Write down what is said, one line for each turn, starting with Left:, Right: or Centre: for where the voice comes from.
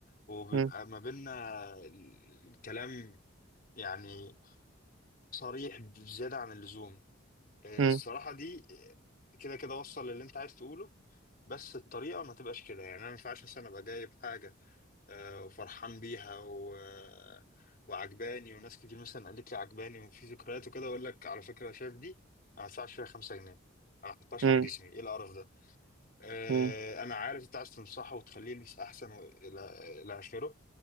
Left: وبيبقى
Right: مم.
Left: ما بيننا ال- الكلام يعني صريح بزيادة عن اللزوم آه،
Right: مم.
Left: الصراحة دي آه، كده كده وصل للي انت عايز تقوله بس الطريقة ما تبقاش كده يعني انا ما ينفعش مثلا ابقى جايب حاجة آه، وفرحان بيها و... آه، وعجباني وناس كتير مثلا قالت لي عجباني وفي ذكريات وكده اقول لك على فكرة شايف دي انا ما ادفعش فيها 5 جنيه انا ما احطهاش
Right: مم.
Left: على جسمي ايه القرف ده آه،
Right: مم.
Left: انا عارف انت عايز تنصحه وتخليه يلبس احسن والى الى اخره